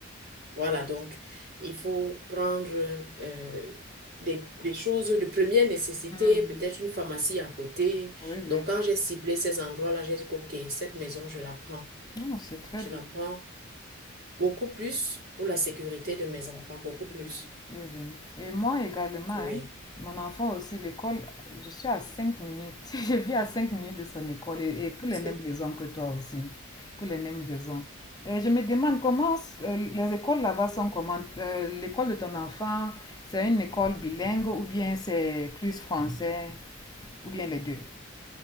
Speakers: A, on the right; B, on the left.
A: Voilà, donc il faut prendre euh, des, des choses de première nécessité,
B: Hum.
A: peut-être une pharmacie à côté.
B: Oui, oui.
A: Donc quand j'ai ciblé ces endroits-là, j'ai dit, OK, cette maison, je la prends.
B: Non, c'est très
A: Je
B: bien.
A: la prends beaucoup plus pour la sécurité de mes enfants,
B: Oui,
A: beaucoup plus.
B: oui, oui, oui. Et moi également,
A: Oui.
B: hein, mon enfant aussi, l'école, je suis à 5 minutes. <laughs> Je vis à 5 minutes de son école et, et pour les
A: <laughs>
B: mêmes raisons que toi aussi. Pour les mêmes raisons. Et je me demande comment euh, les écoles là-bas sont comment? Euh, l'école de ton enfant, c'est une école bilingue ou bien c'est plus français ou bien les deux?